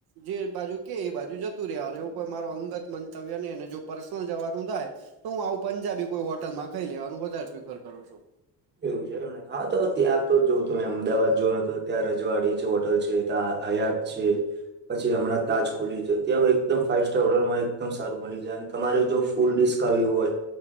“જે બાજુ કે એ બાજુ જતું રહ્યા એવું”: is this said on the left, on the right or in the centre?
Right